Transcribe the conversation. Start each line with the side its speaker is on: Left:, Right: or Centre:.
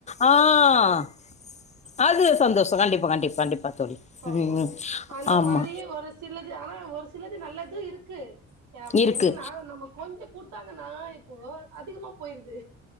Left: ஆஹ் அது சந்தோஷோ கண்டிப்பா கண்டிப்பா கண்டிப்பா தோழி
Right: ஆமா
Left: ம்
Right: அந்த
Left: ஆமா
Right: மாரி ஒரு சிலது ஆனா ஒரு சிலது நல்லது இருக்கு எ அப்டி
Left: இருக்கு
Right: என்னனா நம்ம கொஞ்சொ குடுத்தாங்கனா இப்போ அதிகமா போயிருது